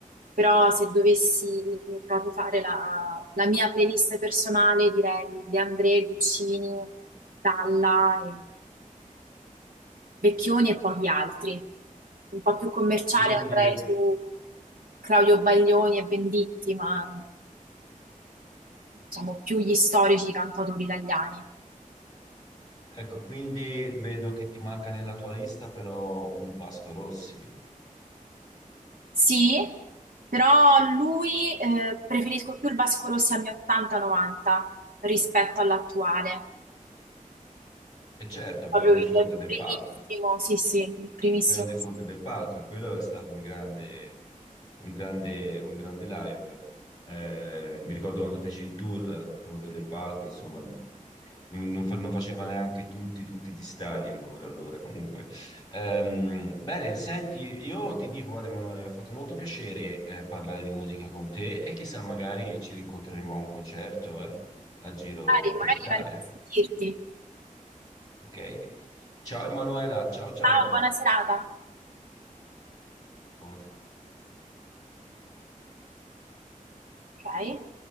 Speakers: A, on the right; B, on the left.
A: Però se dovessi proprio fare la, la mia playlist personale, direi De André, Guccini, Dalla Vecchioni e pochi altri. Un po' più commerciale
B: quindi,
A: andrei
B: ve-
A: su Claudio Baglioni e Venditti, ma diciamo più gli storici cantautori italiani.
B: ecco, quindi vedo che ti manca nella tua lista però un Vasco Rossi.
A: Sì, però lui eh, preferisco più il Vasco Rossi anni 80-90 rispetto all'attuale.
B: E certo,
A: Proprio
B: quello di
A: il
B: fronte del
A: primissimo,
B: palco,
A: sì, sì, il primissimo.
B: quello di fronte del palco, e quello è stato un grande, un grande, un grande live. Eh, mi ricordo quando feci il tour di fronte del palco, insomma, non, non fa- non faceva neanche tutti, tutti gli stadi ancora allora. Comunque, Ehm, bene, senti, io ti dico, guarda, Emanuele, mi ha fatto molto piacere eh, parlare di musica con te e chissà, magari ci rincontreremo a un concerto eh, a giro
A: Dai,
B: per
A: magari
B: l'Italia.
A: la sentirti.
B: Ok. Ciao Emanuela, ciao ciao.
A: Ciao, buona serata.
B: Buona-
A: Ok.